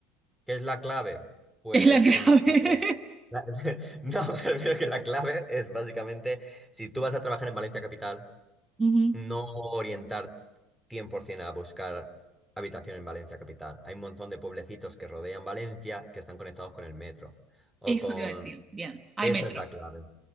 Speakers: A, in the centre; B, on the right.
A: ¿Qué es la clave?
B: <laughs>
A: Pues
B: es la clave.
A: como... como- la- <laughs> No, <laughs> prefiero que la clave es básicamente, si tú vas a trabajar en Valencia Capital,
B: <laughs> Ujú.
A: no orientar 100% a buscar habitación en Valencia capital. Hay un montón de pueblecitos que rodean Valencia que están conectados con el metro o
B: Eso
A: con...
B: te iba a decir. Bien, hay
A: Esa
B: metro.
A: es la clave.